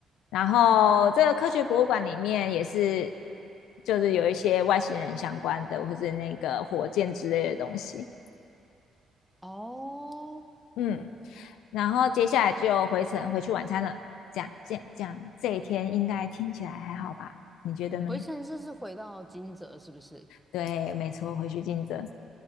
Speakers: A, on the left; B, in the centre.
A: 然后这个科学博物馆里面也是，就是有一些外星人相关的，或是那个火箭之类的东西。
B: 哦，
A: 嗯，然后接下来就回程回去晚餐了。这样，这样，这样，这一天应该听起来还好吧？你觉得呢？
B: 回程是是回到金泽是不是？
A: 对，没错，回去尽责。